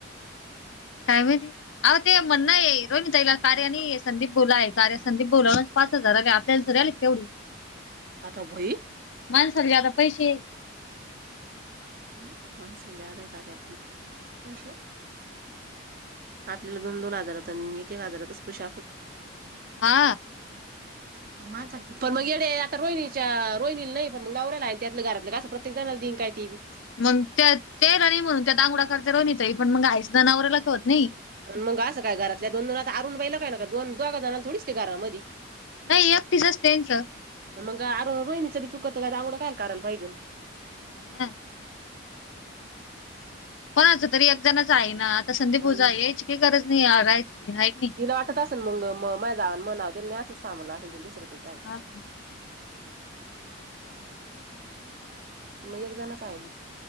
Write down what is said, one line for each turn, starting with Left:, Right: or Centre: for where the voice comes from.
Left: काय माहिती अ ते म्हणणं आहे रोहिणी ताईला कारे आणि संदीप बोलाय कारे संदीप बोला पाच हजार आणि आपल्याला तर आलेत केवढी
Right: आता भोई
Left: माणसाला बी आता पैसे
Right: ह माणसांनी आलाय कार्याकंड पैसे आपल्याला दोन दोन हजारात आणि एक एक हजारातच खुश आपण
Left: मा
Right: माणसांन किती पण, मग येडे आता रोहिणीच्या रोहिणीला नाही पण नवऱ्या त्यातल आहे त्यातलं घरातलं का असं प्रत्येक जाणला दीन काय ती बी
Left: मग त्या तेला नाही म्हणून त्या दांगुडा खर्च रोहिणीचा आहे, पण मग आईस तिच्या नवऱ्याला कळत नाही.
Right: मग असं काय घरातल्या दोन जण आरू न हिला काय न दोन दोगघ जणाला थोडीच ते घरामध्ये
Left: नाही एकटीस असतेचं ना इथं
Right: मग आरु न रोहिणीच बी चुकतं <inaudible> कारण पाहिजून
Left: <inaudible> कोणाचं तरी एक जणच आहे ना आता संदीप भाऊजा
Right: अन
Left: याची काही गरज नाहीयचं ना एक नाही
Right: तिला वाटत असे मग म माझ जावन म्हनाव देल नाही असं <inaudible>
Left: हा <inaudible>
Right: मग एकजणच आहे <inaudible>